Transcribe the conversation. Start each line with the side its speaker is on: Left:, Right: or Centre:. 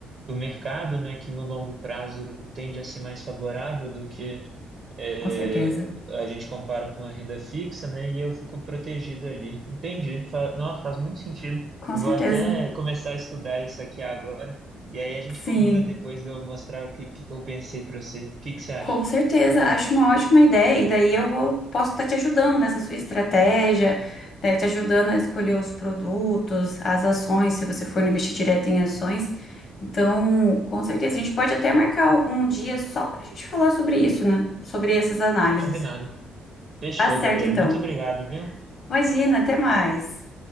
Right: do mercado, né? Que no longo prazo tende a ser mais favorável do que é,
Left: com certeza,
Right: a gente compara com a renda fixa, né? E eu fico protegido ali. Entendi. Fa Nossa, faz muito sentido.
Left: com
Right: Eu
Left: certeza.
Right: vou até começar a estudar isso aqui agora. E aí a gente
Left: Sim.
Right: combina depois de eu mostrar o que, que que eu pensei para você. O que que você acha?
Left: Com certeza, acho uma ótima ideia, e daí eu vou, posso estar te ajudando nessa sua estratégia, né, te ajudando a escolher os produtos, as ações, se você for investir direto em ações. Então, com certeza, a gente pode até marcar um um dia só para a gente falar sobre isso, né? Sobre essas análises.
Right: Combinado. Fechou,
Left: Tá certo,
Right: Gabriel.
Left: então.
Right: Muito obrigado, viu?
Left: Imagina, até mais.